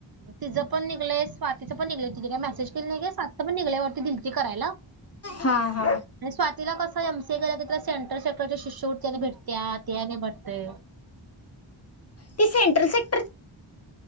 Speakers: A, on the right (about 50°); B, on the left (about 30°).
A: तिचं पण निघलंय स्वातीचं पण निघलं तिथे काय मेसेज केली नाही काे सात पण निघल्यावरती दिलती करायला
B: हा हा
A: स्वातीला कसम के कींटर शेखडच्या शिष्यवतीने भेटत्या त्याने भेटते
B: ते सेट्रल